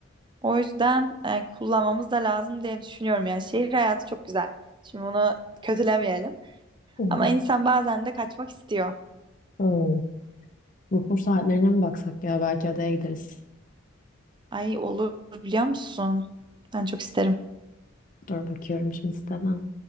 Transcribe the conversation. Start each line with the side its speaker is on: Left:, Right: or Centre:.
Right: O yüzden e, kullanmamız da lazım diye düşünüyorum. Yani şehir hayatı çok güzel. Şimdi bunu kötülemeyelim.
Left: Hı
Right: Ama
Left: hı.
Right: insan bazen de kaçmak istiyor.
Left: Hmm. Vapur saatlerine mi baksak ya? Belki adaya gideriz.
Right: Ay olur biliyor musun? Ben çok isterim.
Left: Dur bakıyorum şimdi siteden.